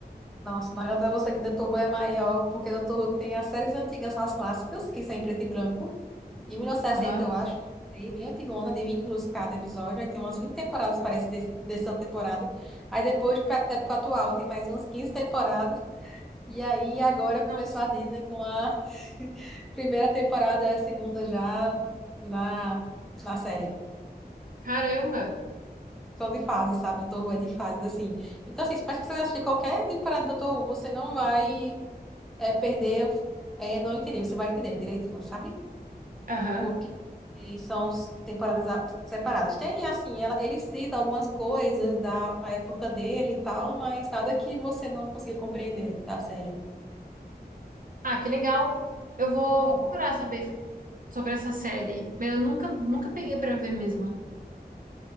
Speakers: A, in the centre; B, on the right.
A: Nossa, Margaranta você que Dr. Who é maior, porque Dr. Who tem as séries antigas, as clássicas, que são em preto e branco. De 1960,
B: Aham.
A: eu acho, não sei, bem antigona, de 20 minutos cada episódio. Aí tem umas 20 temporadas, parece, desse- dessa temporada. Aí depois, pra época atual, tem mais umas 15 temporadas. E aí agora começou
B: Nossa,
A: a Disney com a <laughs> Primeira temporada é a segunda já na, na série.
B: caramba.
A: São de fases, sabe? Doutor Who é de fases, assim. Então, assim, para que você assistir qualquer temporada do Doutor Who, você não vai é, perder, é, não entender. Você vai entender direitinho, sabe?
B: Aham.
A: Porque são s- temporadas a- separadas. Tem, assim, ela, ele cita algumas coisas da época dele e tal, mas nada que você não consiga compreender da série.
B: Ah, que legal. Eu vou,
A: Muito bom.
B: vou procurar saber sobre essa série. Mas eu nunca, nunca peguei pra ver mesmo.